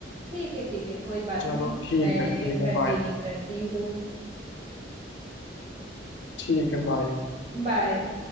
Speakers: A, on the right (about 35°); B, on the left (about 75°).
A: ठीक है ठीक है कोई बात
B: चलो
A: नहीं
B: ठीक
A: मैं
B: है ठीक है
A: कंटिन्यू
B: बाय
A: करती हूँ
B: ठीक है बाय
A: बाय